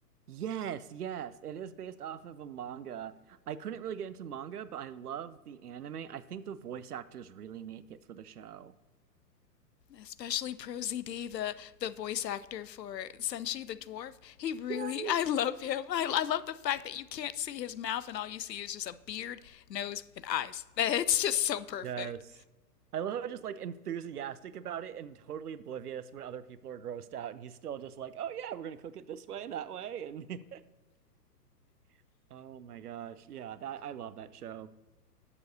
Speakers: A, on the right; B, on the left.
A: yes, yes, it is based off of a manga. I couldn't really get into manga, but I love the anime. I think the voice actors really make it for the show.
B: Especially Pro ZD, the the voice actor for Senshi the dwarf. He really,
A: Yes.
B: I love him. I, I love the fact that you can't see his mouth and all you see is just a beard, nose, and eyes. <laughs> It's just so perfect.
A: Yes. I love how just like enthusiastic about it and totally oblivious when other people are grossed out and he's still just like, "Oh yeah, we're gonna cook it this way and that way." And <laughs> oh my gosh, yeah, that I love that show.